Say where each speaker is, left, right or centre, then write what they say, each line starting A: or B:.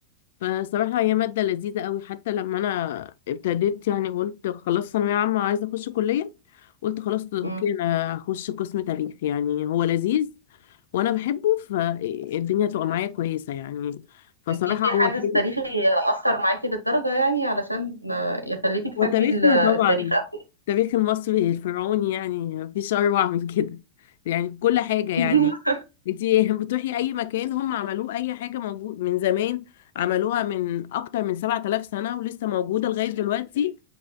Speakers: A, on the left; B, on the left.
A: فصراحة هي مادة لذيذة قوي حتى لما أنا ابتديت يعني قلت خلاص ثانوية عامة عايزة أخش كلية قلت خلاص أوكي
B: امم
A: أنا هخش قسم تاريخ يعني هو لذيذ وأنا بحبه فالدنيا تبقى معايا كويسة يعني فصراحة
B: انتي في
A: هو
B: حادث
A: حلو
B: تاريخي أثر معاكي للدرجة يعني علشان آه، يخليكي تحبي
A: وتاريخنا
B: ال- التاريخ
A: طبعا
B: أوي
A: التاريخ المصري الفرعوني يعني مفيش أروع من كده يعني في كل حاجة يعني
B: <laughs>
A: انتي بتروحي أي مكان هم عملوه أي حاجة موجود من زمان عملوها من أكتر من سبعة آلاف سنة ولسه موجودة لغاية دلوقتي